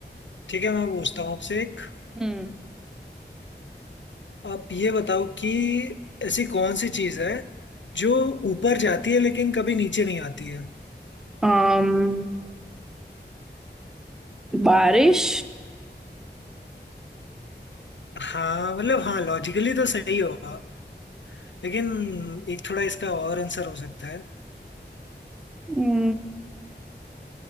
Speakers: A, on the left (about 80°); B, in the centre.
A: ठीक है मैं पूछता हूँ आपसे एक
B: हम्म
A: आप ये बताओ कि ऐसी कौन सी चीज़ है जो ऊपर जाती है लेकिन कभी नीचे नहीं आती है
B: um, बारिश
A: हाँ मतलब हाँ लॉजिकली तो सही हो आप लेकिन एक थोड़ा इसका और आंसर हो सकता है
B: हम्म,